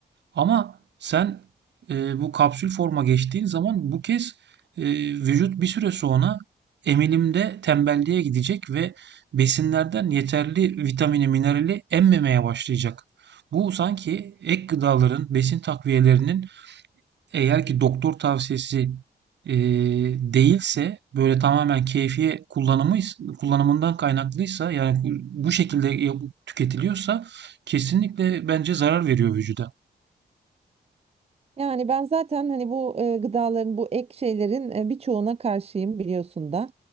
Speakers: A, on the right; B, on the right.
A: Ama sen e, bu kapsül forma geçtiğin zaman bu kez e, vücut bir süre sonra emilimde tembelliğe gidecek ve besinlerden yeterli vitamini, minerali emmemeye başlayacak. Bu sanki ek gıdaların, besin takviyelerinin eğer ki doktor tavsiyesi e, değilse böyle tamamen keyfiye kullanımı kullanımından kaynaklıysa yani bu şekilde tüketiliyorsa kesinlikle bence zarar veriyor vücuda.
B: Yani ben zaten hani bu e, gıdaların bu ek şeylerin e, birçoğuna karşıyım biliyorsun da.